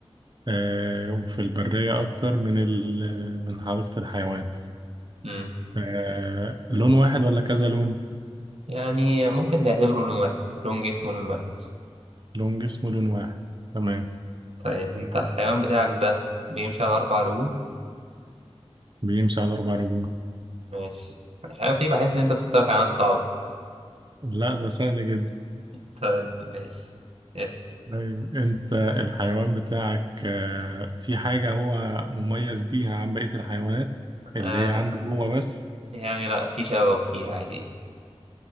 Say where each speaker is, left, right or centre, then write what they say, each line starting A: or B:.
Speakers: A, on the right; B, on the right.
A: آه، وفي البرية أكتر من ال من حديقة الحيوان
B: مم.
A: آه، لون واحد ولا كذا لون؟
B: يعني ممكن تعتبره لون واحد لون جسمه لون واحد
A: لون جسمه لون واحد تمام
B: طيب انت الحيوان بتاعك ده بيمشي على أربع رجول
A: بيمشي على أربع رجول
B: ماشي مش عارف ليه بحس إن أنت بتختار حيوانات صعبة
A: لا ده سهل جدا
B: طيب ماشي اسم
A: طيب أنت الحيوان بتاعك آه، في حاجة هو مميز بيها عن بقية الحيوانات اللي
B: آه
A: هي عنده هو بس
B: يعني لأ في شبه كتير عادي